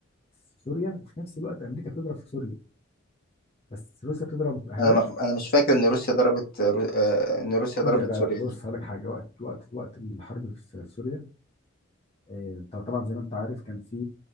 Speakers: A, on the left; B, on the left.
A: في سوريا وفي نفس الوقت امريكا بتضرب في سوريا بس روسيا بتضرب اهداف
B: انا ما- انا مش فاكر ان روسيا ضربت رو... آه، ان روسيا
A: سوريا
B: ضربت
A: لا
B: سوريا
A: لا بص
B: دي
A: هقول لك حاجه وقت وقت وقت الحرب في في سوريا آه، طب- طبعا زي ما انت عارف كان في